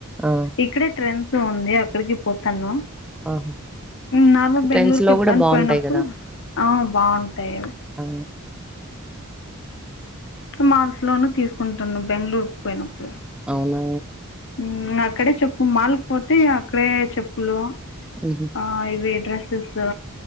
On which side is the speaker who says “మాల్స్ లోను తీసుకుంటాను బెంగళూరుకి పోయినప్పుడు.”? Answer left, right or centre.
Left